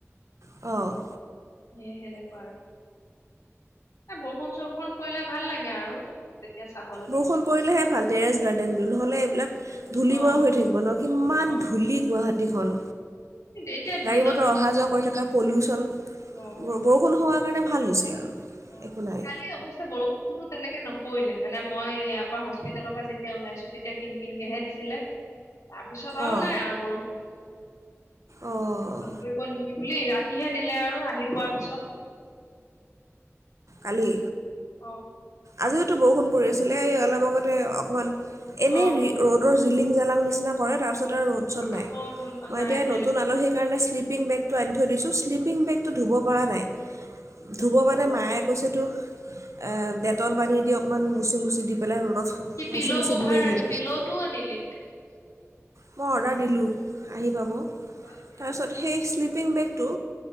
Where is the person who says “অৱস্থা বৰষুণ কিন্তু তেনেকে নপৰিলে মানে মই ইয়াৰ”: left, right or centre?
Left